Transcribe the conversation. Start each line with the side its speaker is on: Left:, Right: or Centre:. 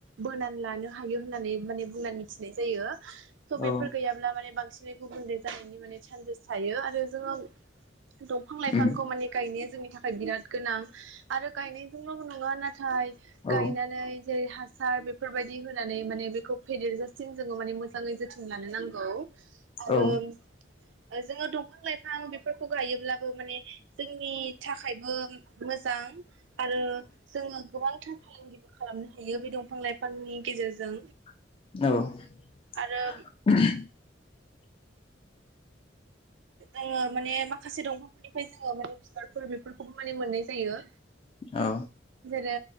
Right: बोनानै लानो हायो होननानै माने बुंनानै मिथिनाय जायो। स' बेफोर
Left: औ
Right: गैयाब्ला माने बांसिनै गुबुनले जानायनि माने सान थायो आरो जोङो दंफां लाइफांखौ
Left: उम
Right: माने गायनाया जोंनि थाखाय बिराद गोनां आरो गायनायजोंल' नङा ना थाइ
Left: औ
Right: गायनानै जेरै हा सार बेफोरबायदि होनानै माने बेखौ फेदेर गो जों-जोङो माने मोजाङै जोथोन लानो नांगौ। आरो
Left: औ
Right: ओ जोङो दंफां लाइफां बेफोरखौ गायोब्लाबो माने जोंनि थाखायबो मोजां। आरो जोङो गोबां। फालांगिबो खालामनो हायो बे दंफां लाइफांनि गेजेरजों।
Left: औ। <unintelligible>
Right: आरो जोङो माने माखासे दंफा निफ्राय जोङो माने बिबारफोर बेफोरखौबो माने मोननाय जायो।
Left: औ
Right: जेरै